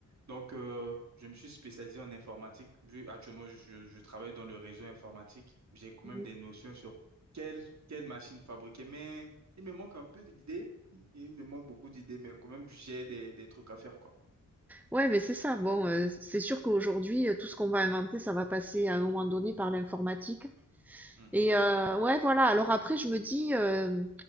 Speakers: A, on the right; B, in the centre.
A: donc euh, je me suis spécialisé en informatique. Vu actuellement, je, je- je travaille dans le réseau informatique, j'ai quand
B: mm.
A: même des notions sur quelle, quelle machine fabriquer, mais il me manque un peu d'idées, il il me manque beaucoup d'idées, mais quand même, j'ai des, des trucs à faire, quoi.
B: Ouais, mais c'est ça. Bon, euh, c'est sûr qu'aujourd'hui, euh, tout ce qu'on va inventer, ça va passer à un moment donné par l'informatique.
A: Mhm.
B: Et euh, ouais, voilà. Alors après, je me dis, euh,